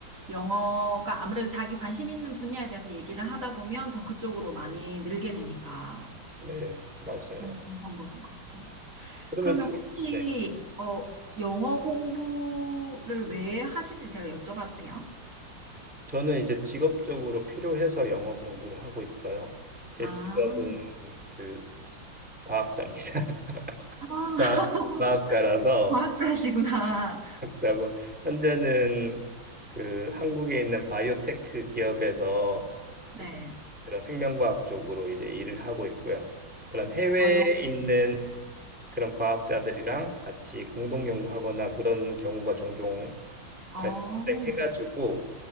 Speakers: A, on the right; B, in the centre.
A: 영어가 아무래도 자기 관심 있는 분야에 대해서 얘기를 하다 보면 더 그쪽으로 많이 늘게 되니까
B: 네, 맞아요.
A: 어, 좋은 방법인 것 같아요.
B: 그러면
A: 그러면
B: 주,
A: 혹시
B: 네,
A: 어, 영어 공부를 왜 하시는지 제가 여쭤봐도 돼요?
B: 저는 이제 직업적으로 필요해서 영어 공부를 하고 있고요. 제
A: 아,
B: 직업은 그 과학자입니다. <laughs>
A: 아,
B: 과, 과학자라서
A: <laughs> 과학자시구나.
B: 하고 현재는 그 한국에 있는 바이오테크 기업에서
A: 네.
B: 이제 그런 생명과학 쪽으로 이제 일을 하고 있고요. 그런 해외에
A: 아,
B: 있는 그런 과학자들이랑 같이 공동 연구하거나 그런 경우가 종종
A: 어,
B: 발생해가지고